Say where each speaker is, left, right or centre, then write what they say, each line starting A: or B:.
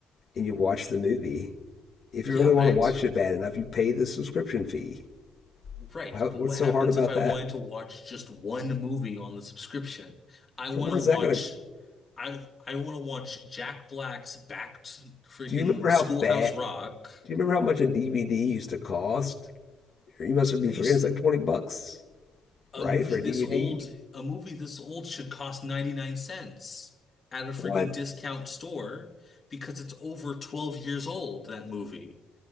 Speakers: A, on the left; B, on the left.
A: and you watch the movie. If
B: Yeah,
A: you really
B: but
A: want
B: I
A: to watch
B: t
A: it bad enough, you pay the subscription fee.
B: right.
A: How,
B: But
A: what's
B: what happens
A: so hard about
B: if I
A: that?
B: wanted to watch just one movie on the subscription? I want
A: What
B: to
A: is
B: watch.
A: that gonna?
B: I I want to watch Jack Black's Back to freaking
A: Do you remember how
B: Schoolhouse
A: bad?
B: Rock.
A: Do you remember how much a DVD used to cost? You must
B: They
A: be forgetting.
B: used
A: It's like twenty bucks,
B: a
A: right,
B: movie
A: for a
B: this
A: DVD?
B: old. A movie this old should cost 99 cents at a freaking
A: What?
B: discount store because it's over 12 years old, that movie.